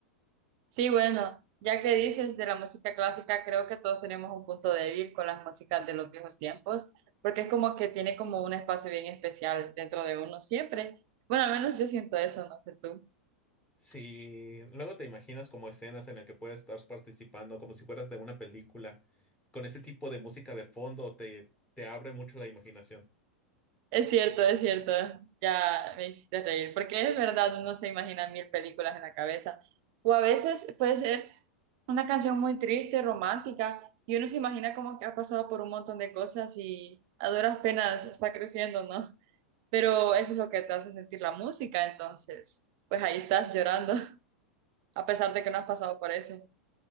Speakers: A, on the right; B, on the left.
A: Sí, bueno, ya que dices de la música clásica, creo que todos tenemos un punto débil con las músicas de los viejos tiempos, porque es como que tiene como un espacio bien especial dentro de uno siempre. Bueno, al menos yo siento eso, no sé tú.
B: Sí, luego te imaginas como escenas en las que puedes estar participando, como si fueras de una película, con ese tipo de música de fondo, te, te abre mucho la imaginación.
A: Es cierto, es cierto, ya me hiciste reír, porque es verdad, uno se imagina mil películas en la cabeza. O a veces puede ser una canción muy triste, romántica, y uno se imagina como que ha pasado por un montón de cosas y a duras penas está creciendo, ¿no? pero eso es lo que te hace sentir la música, entonces, pues ahí estás llorando, <laughs> a pesar de que no has pasado por eso.